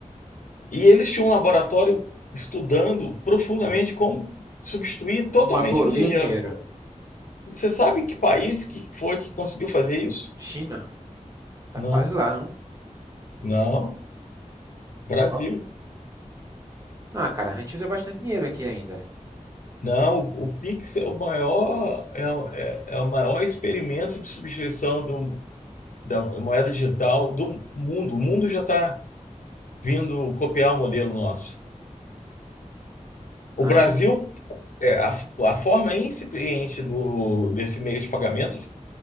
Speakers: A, on the left; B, on the right.
A: E eles tinham um laboratório estudando profundamente como substituir
B: Como
A: totalmente
B: aboliu
A: o dinheiro.
B: o dinheiro.
A: E você sabe que país que foi que conseguiu fazer isso?
B: China? Tá
A: Não,
B: quase lá, não?
A: não, Brasil.
B: Qual? Ah, cara, a gente usa bastante dinheiro aqui ainda.
A: Não, o, o Pix é o maior, é, o- é, é o maior experimento de substituição do, da moeda digital do mundo. O mundo já está vindo copiar o modelo nosso.
B: Ah,
A: O Brasil
B: é?
A: É, a, a forma incipiente do, desse meio de pagamento